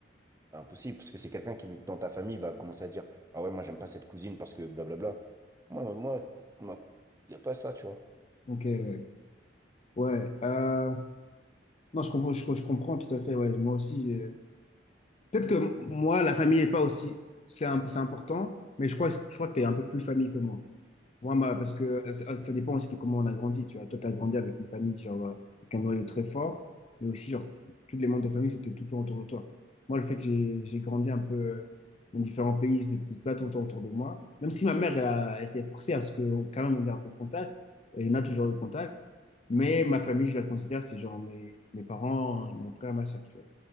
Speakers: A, on the right (about 15°); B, on the left (about 35°).
A: impossible, parce que c'est quelqu'un qui, dans ta famille, va commencer à dire, Ah ouais, moi, j'aime pas cette cousine parce que blablabla. Moi, moi, moi, y a pas ça, tu vois.
B: Ok, ouais. Ouais, euh, non, je comprends, je, je comprends tout à fait. Ouais, moi aussi, euh, Peut-être que moi, la famille n'est pas aussi. C'est un- c'est important, mais je crois, je crois que tu es un peu plus famille que moi. Moi, ma- parce que ça, ça dépend aussi de comment on a grandi. Tu vois, toi, tu as grandi avec une famille, genre, euh, avec un noyau très fort, mais aussi, genre, tous les membres de famille, c'était tout le temps autour de toi. Moi, le fait que j'ai j'ai grandi un peu euh, dans différents pays, c'était c'était pas tout le temps autour de moi. Même si ma mère, elle, a- elle s'est forcée à ce que, quand même, on garde le contact, et on a toujours le contact, mais ma famille, je la considère, c'est genre mes, mes parents, mon frère, ma soeur, tu vois,